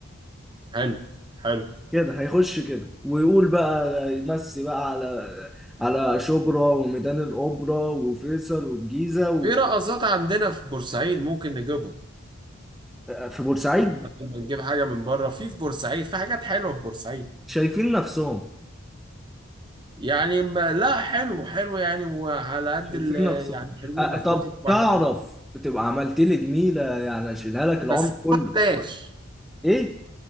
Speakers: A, on the right (about 20°); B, in the centre.
A: حلو حلو
B: كده هيخش كده ويقول بقى يمسي بقى على على شبرا وميدان الاوبرا وفيصل والجيزه
A: في رقصات عندنا في بورسعيد ممكن نجيبهم
B: في بورسعيد
A: لما نجيب حاجه من بره في في بورسعيد في حاجات حلوه في بورسعيد
B: شايفين نفسهم
A: يعني ب- لا حلو حلو يعني وعلى قد
B: شايفين
A: ال-
B: نفسهم
A: يعني حلوين
B: أه
A: اظبط
B: طب
A: لك واحد
B: تعرف تبقى عملت لي جميلة يعني اشيلها لك العمر
A: بس
B: كله
A: بلاش
B: ايه